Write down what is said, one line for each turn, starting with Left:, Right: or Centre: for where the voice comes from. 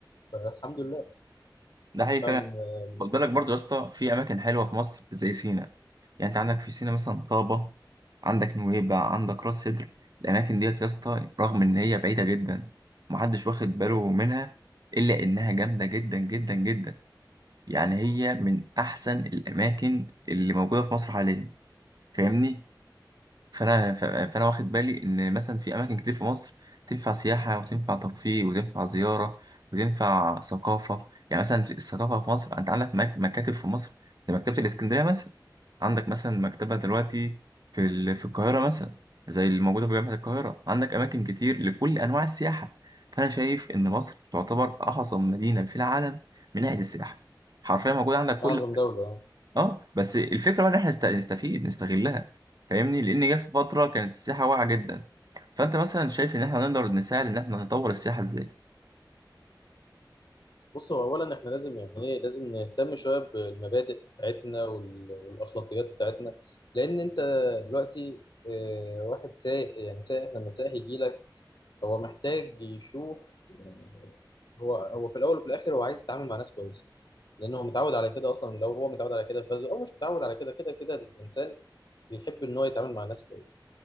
Left: فالحمد لله
Right: ده حقيقي
Left: فعلا
Right: فعلا خد بالك برضو يا اسطى في اماكن حلوه في مصر زي سينا يعني انت عندك في سينا مثلا طابه عندك نويبع عندك راس سدر الاماكن ديت يا اسطى رغم ان هي بعيده جدا محدش واخد باله منها الا انها جامده جدا جدا جدا يعني هي من احسن الاماكن اللي موجوده في مصر حاليا فاهمني فانا ف- فانا واخد بالي ان مثلا في اماكن كتير في مصر تنفع سياحه وتنفع ترفيه وتنفع زياره وتنفع ثقافه يعني مثلا في الثقافه في مصر انت عندك مك- مكاتب في مصر زي مكتبه الاسكندريه مثلا عندك مثلا مكتبه دلوقتي في ال- في القاهره مثلا زي اللي موجوده في جامعه القاهره عندك اماكن كتير لكل انواع السياحه فانا شايف ان مصر تعتبر احسن مدينه في العالم من ناحيه السياحه حرفيا موجود عندك كل
Left: اعظم دوله
Right: اه بس الفكره بقى ان احنا نست- نستفيد نستغلها فاهمني لان جه في فتره كانت السياحه واقعه جدا فانت مثلا شايف ان احنا نقدر نساعد ان احنا نطور السياحه ازاي
Left: بص هو اولا احنا لازم يعني ايه لازم نهتم شويه بالمبادئ بتاعتنا وال- والاخلاقيات بتاعتنا لان انت دلوقتي آه، واحد سايق يعني سايق لما سايق يجي لك هو محتاج يشوف يعني هو هو في الاول وفي الاخر هو عايز يتعامل مع ناس كويسه لان هو متعود على كده اصلا لو هو متعود على كده في بلده او مش متعود على كده كده كده الانسان بيحب ان هو يتعامل مع ناس كويسه